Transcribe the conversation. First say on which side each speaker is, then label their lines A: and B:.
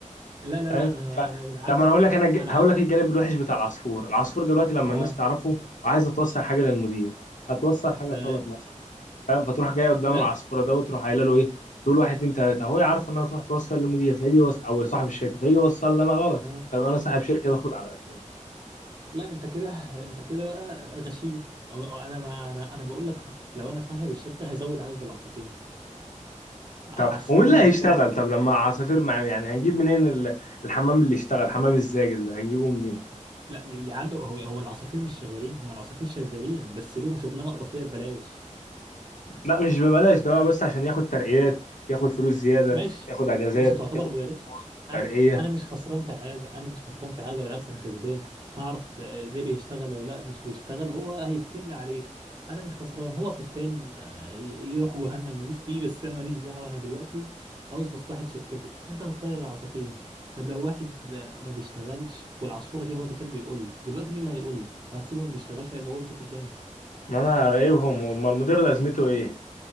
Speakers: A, on the right; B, on the left.
A: لا لا
B: فاهم
A: لا انا
B: ف
A: انا بالعكس
B: طب ما انا اقول لك انا ج...
A: انا
B: هقول
A: ه...
B: لك الجانب الوحش بتاع العصفور العصفور دلوقتي لما
A: اه
B: الناس تعرفه وعايزه توصل حاجه للمدير هتوصل حاجه
A: تمام
B: غلط مثلا فاهم فتروح جايه قدام
A: لا
B: العصفوره ده وتروح قايله له ايه تقول واحد اتنين تلاته هو عارف انها تروح توصل للمدير فيجي وص... او صاحب الشركه فيجي يوصل لي انا غلط
A: آه.
B: فابقى انا صاحب شركه باخد على قفايا
A: لا انت كده انت كده بقى غشيم أو أو انا بقى انا انا بقول لك <laughs> لو انا صاحب الشركه هزود عدد العصافير عصفوره
B: طب ومين اللي
A: من
B: هيشتغل
A: الشرق
B: طب لما العصافير مع... يعني هنجيب منين ال... الحمام اللي يشتغل حمام الزاجل ده هنجيبه منين
A: لا يا يا عم هو هو العصافير مش شغالين هم العصافير شغالين بس لهم شغلانه اضافيه ببلاش
B: لا مش ببلاش ده هو بس عشان ياخد ترقيات ياخد فلوس زيادة
A: ماشي
B: ياخد اجازات
A: بس تعتبر
B: ياخد
A: ببلاش
B: خروجات،
A: انا
B: ترقية
A: انا مش خسران في حاجه انا مش خسران في حاجه بالعكس انا كسبان هعرف آه، ده بيشتغل ولا لا مش بيشتغل هو هيفتن لي عليه انا مش خسران هو فتان آه، ي- يروح جهنم ماليش فيه بس انا ماليش دعوه انا دلوقتي عاوز مصلحه شركتي انت هتطير العصافير طب لو واحد آه، ما بيشتغلش والعصفوره دي هو اللي كان بيقول لك دلوقتي مين اللي هيقول لك وهتسيبه ما بيشتغلش هيبوظ لك الدنيا
B: ما انا راقبهم ما المدير لازمته ايه